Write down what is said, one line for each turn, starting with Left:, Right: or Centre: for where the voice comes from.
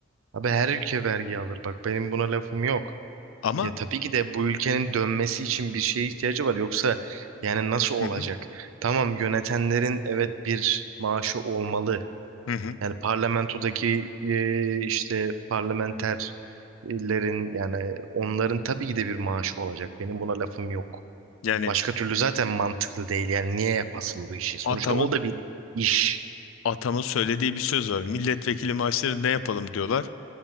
Right: Abi her ülke vergi alır. Bak benim buna lafım yok.
Left: Ama
Right: Ya tabii ki de bu ülkenin dönmesi için bir şeye ihtiyacı var. Yoksa yani nasıl olacak?
Left: Hı hı.
Right: Tamam yönetenlerin evet bir maaşı olmalı.
Left: Hı hı.
Right: Yani parlamentodaki e, işte parlamenterlerin yani onların tabii ki de bir maaşı olacak. Benim buna lafım yok.
Left: yani
Right: Başka türlü zaten mantıklı değil. Yani niye yapasın bu işi? Sonuçta
Left: atamın
Right: o da bir iş.
Left: atamın söylediği bir söz var. Milletvekili maaşlarını ne yapalım diyorlar.